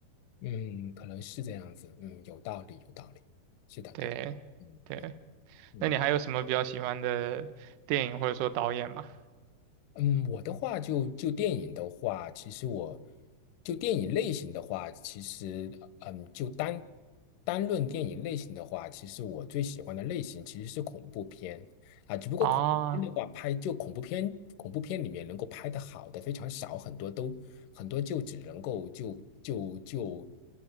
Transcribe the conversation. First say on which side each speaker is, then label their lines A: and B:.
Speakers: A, on the left; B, on the right.
A: 嗯，可能是这样子，嗯，有道理，有道理，是的，
B: 对，
A: 对的，嗯。
B: 对，
A: 嗯，嗯
B: 那你还有什么比较喜欢的电影或者说导演吗？
A: 嗯，我的话就就电影的话，其实我就电影类型的话，其实嗯，就单单论电影类型的话，其实我最喜欢的类型其实是恐怖片啊，只不过恐怖片的话，
B: 啊。
A: 拍就恐怖片，恐怖片里面能够拍得好的非常少，很多都很多就只能够就就就